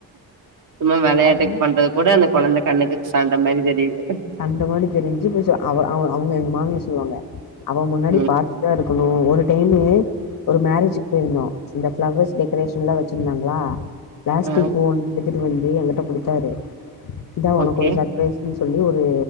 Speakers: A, on the right (about 50°); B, on the left (about 55°).
A: சும்மா வெளையாட்டுக்கு
B: அது
A: பண்றது கூட அந்த கொழந்த கண்ணுக்கு சண்ட மாரி தெரியுது
B: சண்ட மாரி தெரிஞ்சு இப்ப அவ அவ அவுங்க எங்க மாமியார் சொல்லுவாங்க அவ முன்னாடி
A: ம்.
B: பாத்துதான் எடுக்கணும் ஒரு டைமு ஒரு மேரேஜுக்கு போயிருந்தோம் இந்த ஃபிளவர்ஸ் டெக்கரேஷன் எல்லாம் வச்சிருந்தாங்களா பிளாஸ்டிக்
A: ஆ.
B: போல் இது புதுவண்டி எங்கிட்ட குடுத்தாரு இதான் உனக்கு
A: ஓகே.
B: ஒரு சர்பரைஸ் சொல்லு ஒரு